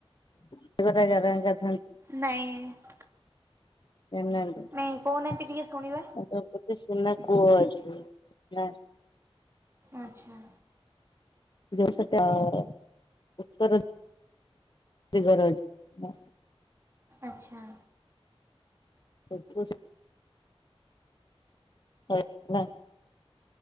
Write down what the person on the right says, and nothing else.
ନାଇଁ।
ନାଇଁ କହୁନାହାନ୍ତି ଟିକେ ଶୁଣିବା
ଆଚ୍ଛା।
ଆଚ୍ଛା।